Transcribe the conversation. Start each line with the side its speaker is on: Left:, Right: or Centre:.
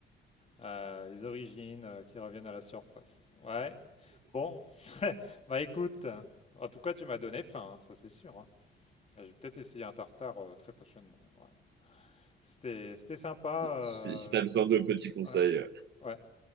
Left: euh, les origines euh, qui reviennent à la surface. Ouais. Bon, <laughs> bah écoute, en tout cas, tu m'as donné faim, hein, ça c'est sûr. hein. Et Je vais peut-être essayer un tartare euh, très prochainement. ouais. C'était, c'était sympa. euh,
Right: Si, si t'as besoin de petits conseils,
Left: Ouais, ouais.